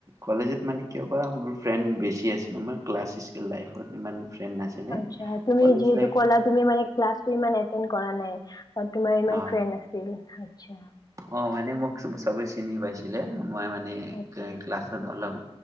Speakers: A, on the right; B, on the left.
A: কলেজত মানে কেতিয়াবা মোৰ ফ্ৰেণ্ড বেছি আছিলে মোৰ ক্লাছ স্ক লাইফত ইমান ফ্ৰেণ্ড নাছিলে
B: আচ্ছা তুমি
A: কলেজ
B: যিহেতু
A: লাইফত
B: কলা তুমি মানে ক্লা কৰা নাই তোমাৰ ইমান
A: অ
B: ফ্ৰেণ্ড আছিল আ্া
A: অ মানে মোক চবে চিনি পাইছিলে মই মানে
B: আচ্ছা
A: ক্লাছত অলপ